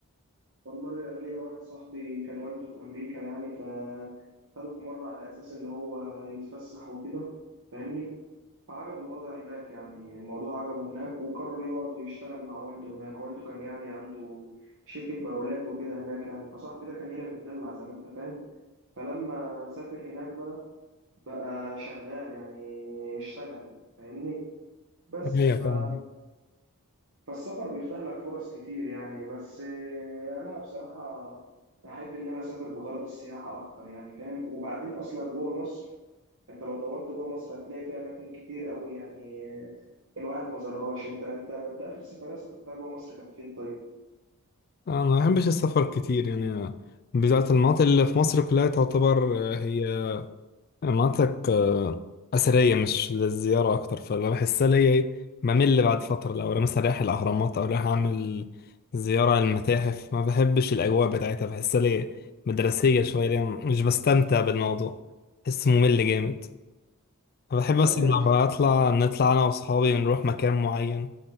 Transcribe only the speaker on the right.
والله انا ليا واحد صاحبي كان والده في امريكا يعني فاخده في مره على اساس ان هو يتفسح وكده فاهمني فعجبه الوضع هناك يعني الموضوع عجبه هناك وقرر يقعد ويشتغل مع والده هناك والده كان يعني عنده شركه مقاولات وكده هناك يعني فصاحبي ده كان هنا متدلع زي ما انت فاهم فلما سافر هناك بقى بقى شغال يعني اشتغل فاهمني بس
ف
فالسفر بيفتح لك فرص كتير يعني بس آه، انا بصراحة احب ان انا اسافر بغرض السياحة اكتر يعني فاهم وبعدين اصلا جوه مصر انت لو دورت جوه مصر هتلاقي فيها اماكن كتير قوي يعني آه، الواحد ما زارهاش انت انت انت اخر سفرية سافرتها جوه مصر كانت فين طيب
لا
يا عم